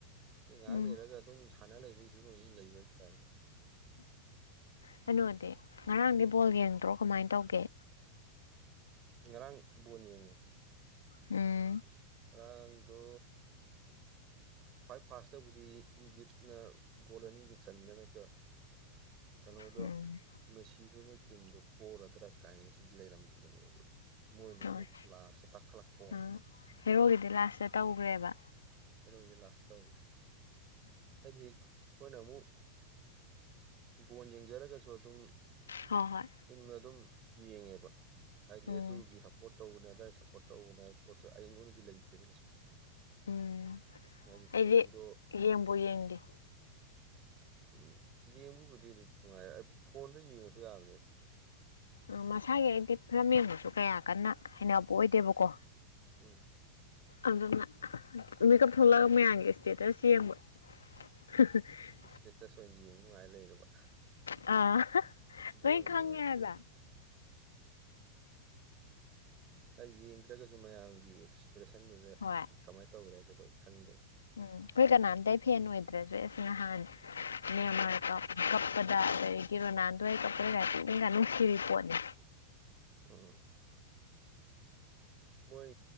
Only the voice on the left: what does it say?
ꯎꯝ
ꯀꯩꯅꯣꯗꯤ ꯉꯔꯥꯡꯗꯤ ꯕꯣꯜ ꯌꯦꯡꯗ꯭ꯔꯣ ꯀꯃꯥꯏꯅ ꯇꯧꯒꯦ
ꯎꯝ
ꯎꯝ
ꯇꯧꯔꯦ
ꯎꯝ ꯍꯦꯔꯣꯒꯤꯗꯤ ꯂꯥꯁꯇ ꯇꯧꯈ꯭ꯔꯦꯕ
ꯍꯣꯏ ꯍꯣꯏ
ꯎꯝ
ꯎꯝ
ꯑꯩꯗꯤ
ꯌꯦꯡꯕ ꯌꯦꯡꯗꯦ
ꯎꯝ ꯃꯁꯥꯒꯤ ꯑꯩꯗꯤ ꯐꯤꯂꯝ ꯌꯦꯡꯕꯁꯨ ꯀꯌꯥ ꯀꯟꯅ ꯍꯕ ꯑꯣꯏꯗꯦꯕꯀꯣ
ꯑꯗꯨꯅ ꯃꯦꯀꯞ ꯊꯣꯛꯂꯛꯑꯒ ꯃꯌꯥꯝꯒꯤ ꯏꯁꯇꯦꯇꯁ ꯌꯦꯡꯕ <unintelligible>
ꯑꯥ
ꯂꯣꯏ ꯈꯪꯉꯦ
ꯍꯥꯏꯕ
ꯍꯣꯏ
ꯎꯝ ꯑꯩꯈꯣꯏ ꯀꯅꯥꯝꯇ ꯐꯦꯟ ꯑꯣꯏꯗ꯭ꯔꯁꯨ꯭ꯔꯦ ꯑꯁ ꯅꯍꯥꯟ ꯃꯦꯟꯃꯥꯔ ꯀꯞꯄꯗ ꯑꯗꯒꯤ ꯔꯣꯅꯥꯜꯗꯋꯥ ꯀꯞꯄꯗꯒ ꯄꯨꯅꯤꯡꯒ ꯅꯨꯡꯁꯤꯈꯤꯕ ꯄꯣꯠꯅꯤ